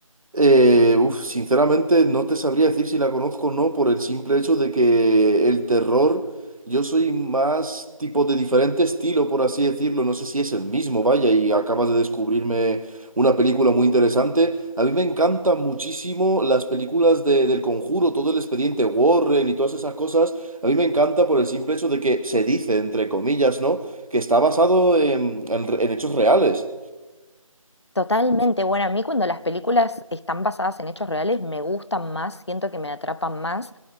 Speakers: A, on the right; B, on the left.
A: Eh, uf, sinceramente no te sabría decir si la conozco o no por el simple hecho de que el terror, yo soy más tipo de diferente estilo, por así decirlo, no sé si es el mismo, vaya, y acabas de descubrirme una película muy interesante. A mí me encantan muchísimo las películas de, del Conjuro, todo el expediente Warren y todas esas cosas, a mí me encanta por el simple hecho de que se dice, entre comillas, ¿no? que está basado en en- en hechos reales.
B: Totalmente. Bueno, a mí cuando las películas están basadas en hechos reales me gustan más, siento que me atrapan más.